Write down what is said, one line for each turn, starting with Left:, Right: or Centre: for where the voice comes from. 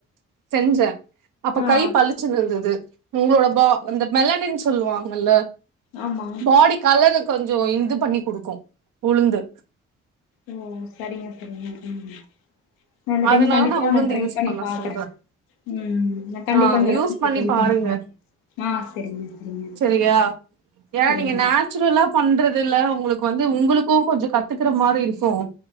Right: செஞ்ச அப்ப
Left: ஆ
Right: கை பளிச்சுனு இருந்தது உங்களோடம்ப வந்த மெலனன்னு சொல்லுவாங்கல்ல
Left: ஆமா
Right: பாடி கலரு கொஞ்சம் இது பண்ணி கொடுக்கும் உளுந்து
Left: ஓ சரிங்க உ உம் ந இந்த
Right: அதனால
Left: டைம் கண்டிப்பா
Right: நா உளுந்து
Left: டிரை
Right: யூஸ்
Left: பண்ணி
Right: பண்ண
Left: பாக்குறே
Right: சொல்றே
Left: உ கண்டிப்பா
Right: ஆ யூஸ் பண்ணி பாருங்க
Left: ஆஹ் சரிங்க சரிங்க
Right: சரியா ஏன்னா
Left: சரிங்க
Right: நீங்க நேச்சுரலா பண்றது ல உங்களுக்கு வந்து உங்களுக்கும் கொஞ்சம் கத்துக்கற மாரி இருக்கும்